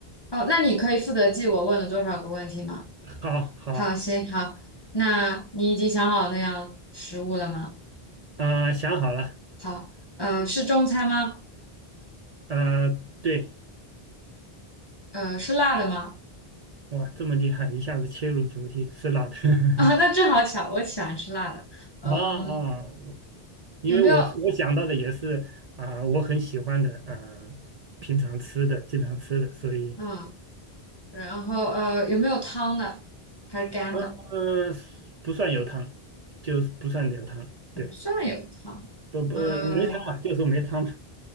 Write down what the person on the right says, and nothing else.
好好。
啊、想好了，
呃，对，
哇，这么厉害，一下子切入主题，是辣的。<laughs>
啊啊，我因为我我想到的也是啊、
我很喜欢的，呃，平常吃的，经常吃的，所以，
对呃，不算有汤，就是不算有汤，
对，不不没汤嘛，
就说没汤嘛，